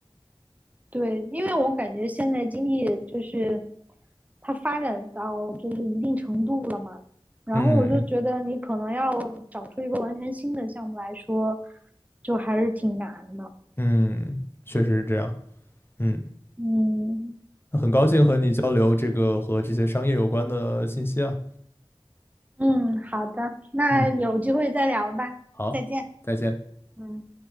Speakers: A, on the right; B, on the left.
A: 对，因为我感觉现在经济就是它发展到就是一定程度了嘛，然后我就觉得你可能要找出一个完全新的项目来说，
B: 嗯
A: 就还是挺难的。
B: 嗯，确实是这样。嗯。
A: 嗯，
B: 很高兴和你交流这个和这些商业有关的信息啊。
A: 嗯，好的，那有机会再聊吧，
B: 嗯，好，
A: 再见。
B: 再见。
A: 嗯。